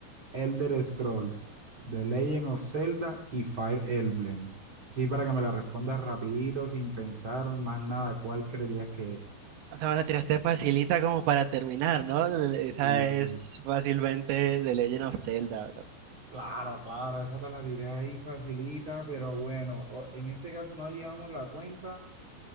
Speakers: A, on the right; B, on the right.
A: Elder Scrolls, The Legend of Zelda y Fire Emblem. Sí, para que me la respondas rapidito, sin pensar más nada, ¿cuál creerías que es?
B: O sea, me la tiraste facilita como para terminar, ¿no? Esa
A: Sí,
B: es
A: sí.
B: fácilmente The Legend of Zelda, bro.
A: Claro, claro, esa te la diré ahí facilita, pero bueno, o- en este caso no llevamos la cuenta.